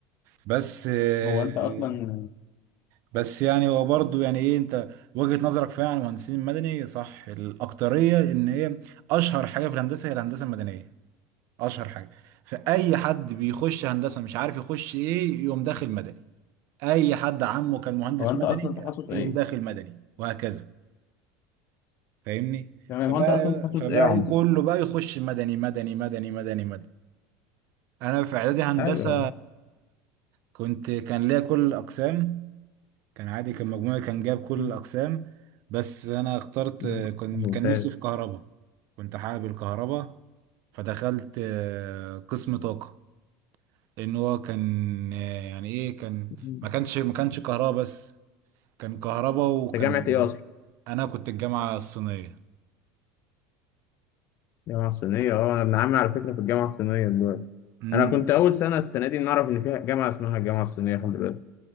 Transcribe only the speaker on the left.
هو أنت أصلا
هو أنت
أصلا تخصص إيه؟
تمام
هو أنت أصلا تخصص
إيه يا عمر؟
أيوه
مم.
مم.
ممتاز
مم.
أنت جامعة إيه أصلا؟
جامعة صينية أه أنا ابن عمي على فكرة في الجامعة الصينية دلوقتي
أنا كنت أول سنة السنة دي نعرف إن فيها جامعة اسمها الجامعة الصينية خلي بالك